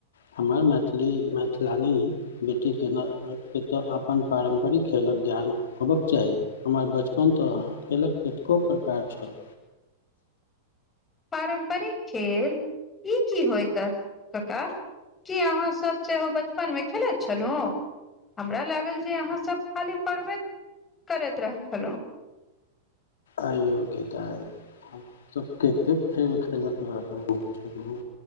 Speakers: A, on the left; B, on the left.
A: हमर मैथिली मैथिलानी बेटीके के <unintelligible> अपन पारम्परिक खेलक ज्ञान होबक चाही। हमर बचपन तऽ खेलक कतेको प्रकार छल।
B: पारम्परिक खेल ई की होइत कक्का। की अहाँ सब सेहो बचपनमे खेलैत छलु। हमरा लागल जे अहाँसब खाली पढ़बै करैत रहै छलु।
A: आयो गेदाइ हमसब कतेक खेल खेलैत रहलहुँ।